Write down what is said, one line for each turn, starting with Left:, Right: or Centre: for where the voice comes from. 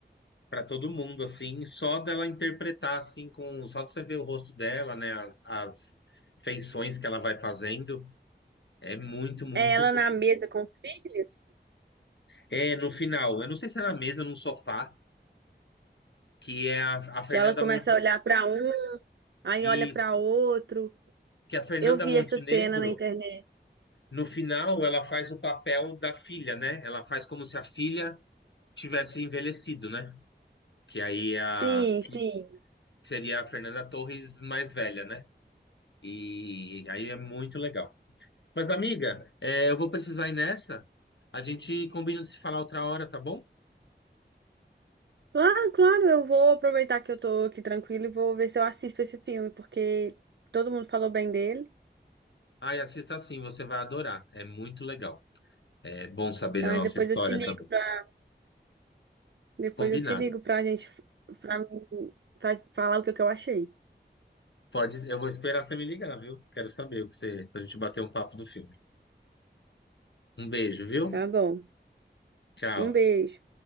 Left: para todo mundo, assim, só dela interpretar, assim, com só de você ver o rosto dela, né, as, as feições que ela vai fazendo, é muito, muito
Right: É ela
Left: bonito.
Right: na mesa com os filhos,
Left: É, no final, eu não sei se é na mesa ou num sofá, que é a, a Fernanda
Right: que ela começa
Left: Montenegro,
Right: a olhar pra um, aí
Left: isso,
Right: olha pra outro.
Left: que a Fernanda
Right: Eu vi
Left: Montenegro,
Right: essa cena na internet.
Left: no final, ela faz o papel da filha, né, ela faz como se a filha tivesse envelhecido, né? Que aí é a,
Right: Sim,
Left: que
Right: sim.
Left: seria a Fernanda Torres mais velha, né? E aí é muito legal. Mas, amiga, é, eu vou precisar ir nessa. A gente combina de se falar outra hora, tá bom?
Right: Claro, claro, eu vou aproveitar que eu tô aqui tranquila e vou ver se eu assisto esse filme, porque todo mundo falou bem dele,
Left: Ai, assista sim, você vai adorar. É muito legal. É bom saber
Right: tá?
Left: da nossa
Right: E Depois
Left: história
Right: eu te ligo
Left: também.
Right: pra, depois
Left: Combinado.
Right: eu te ligo pra gente, pra mim, pra falar o que que eu achei.
Left: Pode, eu vou esperar você me ligar, viu? Quero saber o que você, pra gente bater um papo do filme. Um beijo, viu?
Right: Tá bom.
Left: Tchau.
Right: Um beijo.